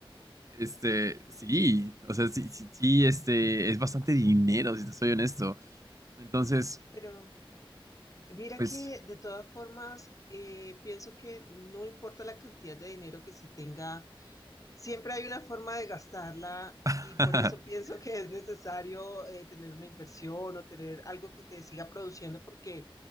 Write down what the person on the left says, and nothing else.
Pero mira
que de todas formas, eh, pienso que no importa la cantidad de dinero que se tenga Siempre hay una forma de gastarla
y por eso pienso que es necesario eh, tener una inversión o tener algo que te siga produciendo porque,